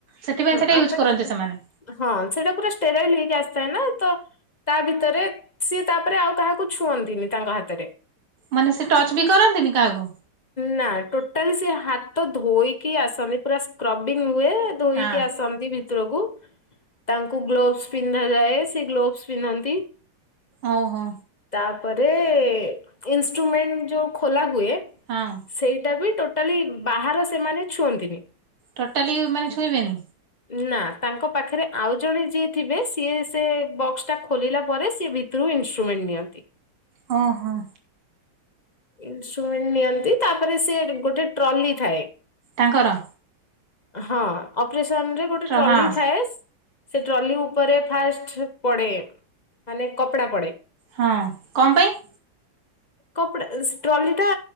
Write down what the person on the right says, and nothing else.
ସେଥିପାଇଁ
ସେଇଟା
ୟୁଜ୍ କରନ୍ତି ସେମାନେ।
ମାନେ ସେ ଟଚ ବି କରନ୍ତିନି କାହାକୁ।
ହଁ
ଓହୋ।
ହଁ।
ଟୋଟାଲି ମାନେ ଛୁଇଁବେନି।
ହଁ ହଁ।
ତାଙ୍କର
ଟ୍ର
ହଁ
ହଁ କଣ ପାଇଁ?